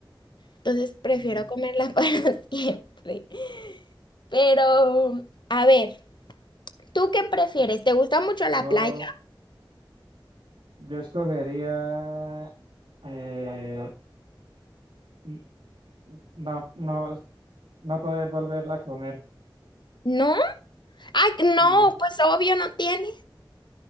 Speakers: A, on the left; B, on the right.
A: Entonces, prefiero
B: mm.
A: comerla <laughs> para siempre. Pero, a ver, ¿tú qué prefieres? ¿Te gusta mucho
B: Yo,
A: la playa?
B: yo escogería eh, n- no, no, no poder volverla a comer.
A: ¿No? Ah, no,
B: sí
A: pues obvio no tiene.